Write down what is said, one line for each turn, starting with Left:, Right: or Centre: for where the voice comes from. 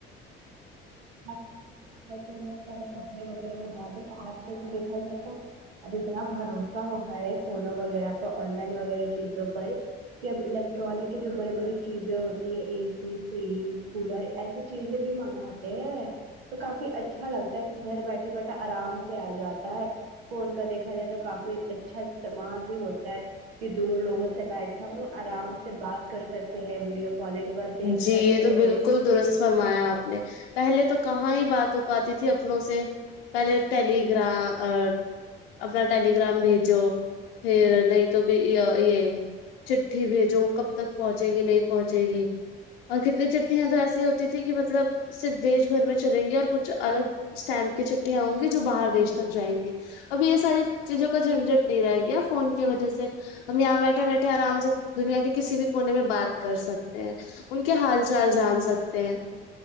Right: تو لوگ سارے کپڑے وغیرہ منگاتے آج کل کا دیکھا جائے تو اب اتنا بھروسہ ہوگیا ہے فونوں وغیرہ پر آن لائن وغیرہ چیزوں پر کہ اب الیکٹرانک کی جو بڑی بڑی چیزیں ہوتی ہیں اے سی فریج کولر ایسی چیز یں بھی منگاتے ہیں تو کافی اچھا لگتا ہے کہ گھر بیٹھے بیٹھے آرام سے آ جاتا ہے فون کا دیکھا جائے تو کافی اچھا استعمال بھی ہوتا ہے کہ دور لوگوں سے بیٹھ کے ہم لوگ آرام سے بات کر سکتے ہیں ویڈیو کالنگ پر دیکھ
Left: جی
Right: سکتے
Left: یہ تو بالکل
Right: ہیں
Left: درست فرمایا آپ نے پہلے تو کہاں ہی بات ہو پاتی تھی اپنوں سے پہلے ٹیلی گرا آن اپنا ٹیلی گرام بھیجو پھر نہیں تو بھی یہ یے چٹھی بھیجو وہ کب تک پہنچے گی نہیں پہنچے گی اور کتنی چٹنیاں تو ایسی ہوتی تھیں کی مطلب صرف دیش بھر میں چلیں گے اور کچھ الگ اسٹمپ کی چٹیاں ہوں گی جو باہر دیش تک جائیں گے ابھی یے ساری چیزوں کا جھنجھٹ نہیں رہے گیا فون کی وجہ سے ہم یہاں بیٹھے بیٹھے آرام سے دنیا کے کسی بھی کونے میں بات کر سکتے ہیں ان کے حال چال جان سکتے